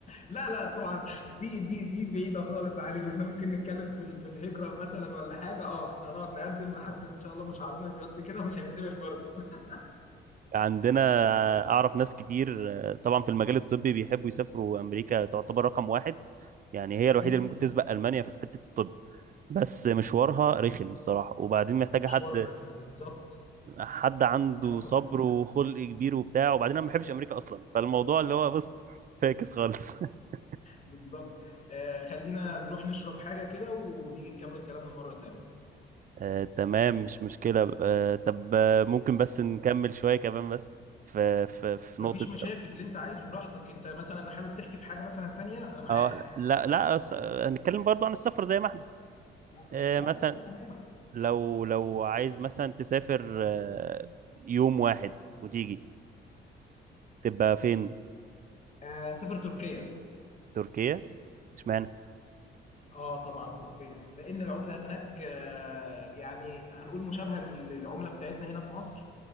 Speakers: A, on the left; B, on the right.
A: لا لا طبعًا دي دي دي بعيدة خالص علينا، إحنا ممكن نتكلّم في ال في الهجرة مثلًا والّا حاجة آه، إحنا هنقعد نقدّم لحد إن شاء الله مشاعرنا بيض كده ومش هنتقبل برضه. <laughs>
B: عندنا اعرف ناس كتير آه، طبعا في المجال الطبي بيحبوا يسافروا امريكا تعتبر رقم واحد يعني هي
A: أكيد،
B: الوحيده اللي ممكن تسبق المانيا في حته الطب بس مشوارها رخم الصراحه وبعدين محتاجه
A: مشوارها
B: حد
A: هيفرق بالضبط،
B: حد عنده
A: حصل
B: صبر
A: بالفعل،
B: وخلق كبير وبتاع وبعدين انا ما بحبش امريكا اصلا فالموضوع اللي هو بص فاكس خالص <laughs>
A: بالضبط. آآ خلّينا نروح نشرب حاجة كده ونيجي نكمّل كلامنا مرّة تانية.
B: آه، تمام مش مشكله آه، طب آه، ممكن بس نكمل شويه كمان بس في في في
A: ما
B: نقطه
A: فيش مشاكل، اللي أنت عايزه براحتك، أنت مثلًا حابب تحكي في حاجة مثلًا تانية، أنا معاك.
B: اه لا لا أص- هنتكلم برضو عن السفر زي ما احنا
A: تما بالضبط
B: آه، مثلا
A: آه، تمام.
B: لو لو عايز مثلا تسافر آه، يوم واحد وتيجي تبقى فين
A: آآ سافر تركيا.
B: تركيا اشمعنى
A: آه طبعًا تركيا، لإن العملة هناك آه، يعني هنقول مشابهة لل للعملة بتاعتنا هنا في مصر،